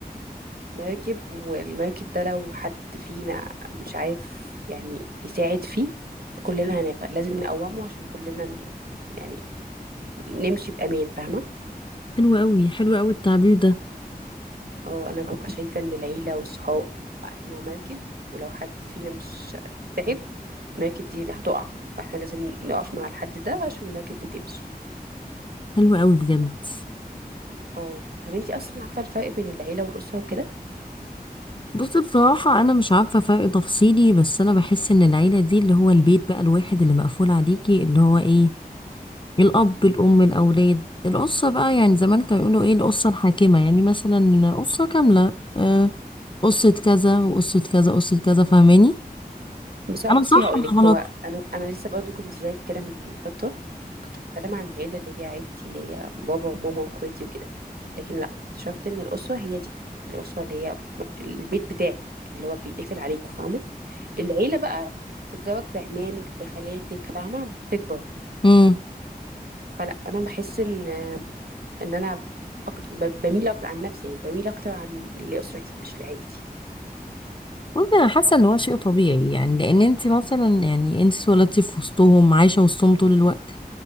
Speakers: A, on the right; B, on the left.
A: مركب والمركب ده لو حد فينا مش عارف يعني يساعد فيه كلنا هنغرق لازم نقومه عشان كلنا ن- يعني نمشي بأمان فاهمة
B: حلو قوي حلو قوي التعبير ده
A: اه انا ببقى شايفة ان العيلة والصحاب لا احنا مركب ولو حد فينا مش تعب المركب دي هتقع فاحنا لازم نقف مع الحد ده عشان المركب دي تمشي
B: حلو قوي بجد
A: اه طب انتي اصلا عارفة الفرق بين العيلة والأسرة وكده
B: بصي بصراحة أنا مش عارفة فرق تفصيلي بس أنا بحس إن العيلة دي اللي هو البيت بقى الواحد اللي مقفول عليكي اللي هو إيه الأب الأم الأولاد القصة بقى يعني زمان كانوا يقولوا إيه القصة الحاكمة يعني مثلا قصة كاملة آه، قصة كذا وقصة كذا قصة كذا فاهماني
A: بس بصي
B: أنا صح
A: هقولك
B: ولا غلط؟
A: هو انا انا لسه برضو كنت زيك كده من فترة كنت بتكلم عن العيلة اللي هي عيلتي اللي هي بابا وماما واخواتي وكده لكن لا اكتشفت ان الأسرة هي دي الأسرة اللي هي م- البيت بتاعك اللي هو بيتقفل عليكوا فاهمة العيلة بقى بتتزوج بعمامك بخالاتك فاهمة بتكبر
B: امم
A: فلا أنا بحس إن إن أنا أكتر بميل أكتر عن نفسي يعني بميل أكتر عن لأسرتي مش لعيلتي
B: بصي انا حاسه ان هو شيء طبيعي يعني لان انت مثلا يعني انت اتولدتي في وسطهم عايشه وسطهم طول الوقت